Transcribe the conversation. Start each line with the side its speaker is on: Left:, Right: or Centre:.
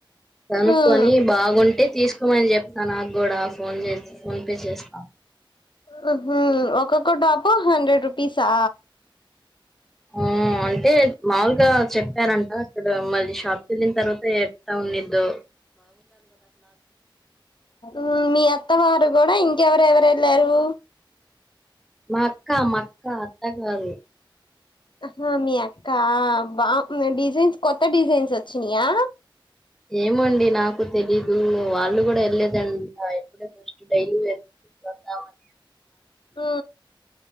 Centre: కనుకొని
Left: ఉమ్
Centre: బాగుంటే తీసుకు ఫోన్ చెప్తాను నాకు కూడా ఫోన్ చేసి ఫోన్ పే చేస్తా
Left: హ హ హు ఒక్కొక్క డాబ్బా ఫోర్ హండ్రెడ్ రుపీసా
Centre: ఆ అంటే మాములుగా చెప్పారంట అక్కడ మజీస్ ఫిల్మ్ తప్పితే అవునిద్దు
Left: ఆ మీ అత్త వారు కూడా ఇంకెవరవర్ ఎల్లారు
Centre: మా అక్క మాక్క అత్త కాదు
Left: హ మీ అక్క బాగ్ డిజైన్స్ కొత్త డిజైన్స్ ఓచ్ చ్చినయా
Centre: ఏమో అండి నాకు తెలీదు వాళ్ళు కూడా వెళ్ళలేదంట ఇప్పుడే ఫస్ట్ డైలీ ఏద్దామని
Left: ఉ